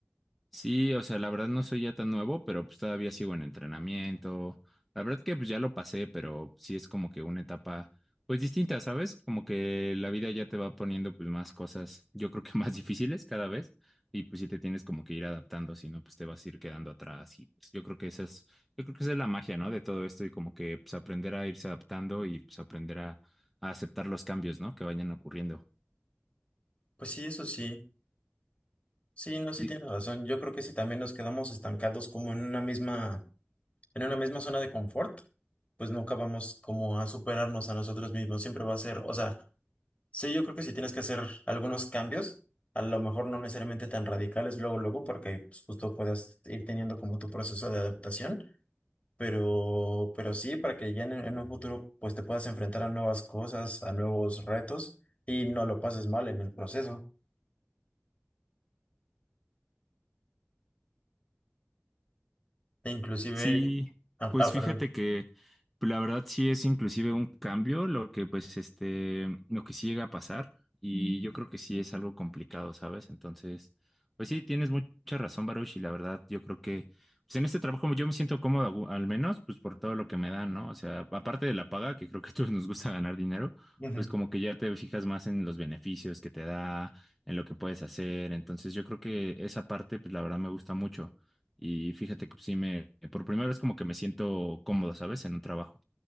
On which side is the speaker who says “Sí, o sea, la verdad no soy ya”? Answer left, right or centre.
Centre